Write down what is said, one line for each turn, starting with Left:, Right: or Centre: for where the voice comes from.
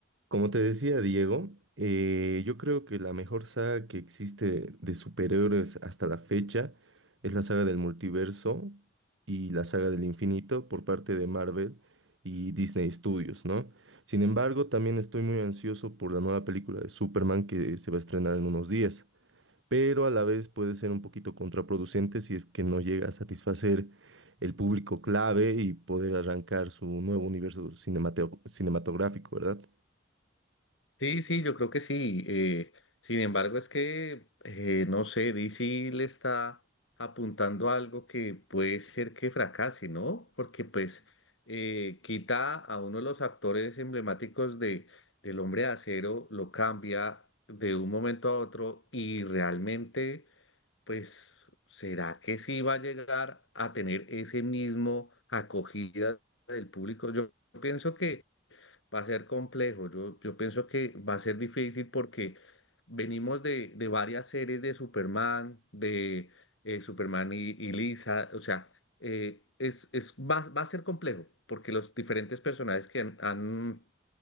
Right: Como te decía Diego, eh, yo creo que la mejor saga que existe de superhéroes hasta la fecha es la saga del multiverso y la saga del infinito por parte de Marvel y Disney Studios, ¿no? Sin embargo, también estoy muy ansioso por la nueva película de Superman que se va a estrenar en unos días, pero a la vez puede ser un poquito contraproducente si es que no llega a satisfacer el público clave y poder arrancar su nuevo universo cinemateo- cinematográfico, ¿verdad?
Left: Sí, sí, yo creo que sí. eh, sin embargo, es que, eh, no sé, DC le está apuntando a algo que puede ser que fracase, ¿no? Porque pues eh, quita a uno de los actores emblemáticos de, del Hombre de Acero, lo cambia de un momento a otro y realmente, pues, ¿será que sí va a llegar a tener ese mismo acogida del público? Yo pienso que... Va a ser complejo. Yo, yo pienso que va a ser difícil porque venimos de, de varias series de Superman, de eh, Superman y, y Lisa. O sea, eh, es, es, va, va a ser complejo porque los diferentes personajes que han, han,